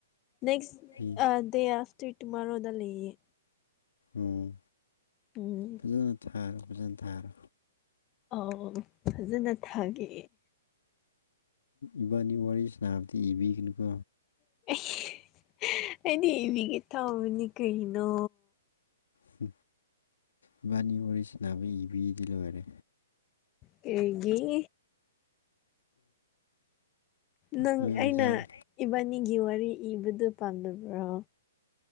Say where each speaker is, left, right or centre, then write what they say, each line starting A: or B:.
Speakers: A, on the left (about 25°); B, on the left (about 80°).
A: ꯅꯣꯏ
B: <unintelligible>
A: ꯑ ꯗꯦ ꯑꯐꯇꯔ ꯇꯨꯃꯥꯔꯣꯗ ꯂꯩꯌꯦ
B: ꯎꯝ
A: ꯎꯝ
B: ꯐꯖꯅ ꯊꯥꯔꯣ ꯐꯖꯅ ꯊꯥꯔꯣ
A: ꯑꯥꯎ ꯐꯖꯅ ꯊꯥꯒꯦ
B: ꯏꯕꯥꯅꯤ ꯋꯥꯔꯤ ꯁꯅꯥꯕꯗꯤ ꯏꯕꯤꯒꯅꯨꯀꯣ
A: <unintelligible> ꯑꯩꯗꯤ ꯏꯕꯤꯒꯦ ꯊꯥꯎꯕꯅꯤ ꯀꯩꯅꯣ
B: <unintelligible> ꯏꯕꯥꯅꯤ ꯋꯥꯔꯤꯁꯥꯅꯕ ꯏꯕꯤꯔꯗꯤ ꯂꯣꯏꯔꯦ
A: ꯀꯔꯤꯒꯤ ꯅꯪ
B: ꯅꯣꯏ ꯑꯣꯖꯥ
A: ꯑꯩꯅ ꯏꯕꯥꯅꯤꯒꯤ ꯋꯥꯔꯤ ꯏꯕꯗꯨ ꯄꯥꯝꯗꯕ꯭ꯔꯣ